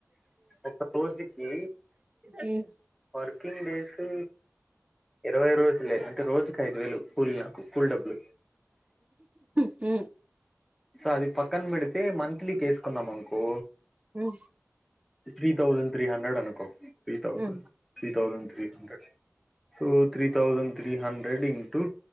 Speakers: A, in the centre; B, on the right (about 25°).
A: ఒక రోజుకి
B: హ్మ్
A: వర్కింగ్ డేసు ఇరవై రోజులే రోజుకి ఐదు వేలు కూలి నాకు కూలి డబ్బులు
B: హ్మ్
A: సో అది పక్కన పెడితే మంత్లీకి వేసుకున్నాం అనుకో
B: హ్మ్
A: త్రీ థౌసండ్ త్రీ హండ్రెడ్ అనుకో three thousand
B: um
A: three thousand three hundred so three thousand three hundred into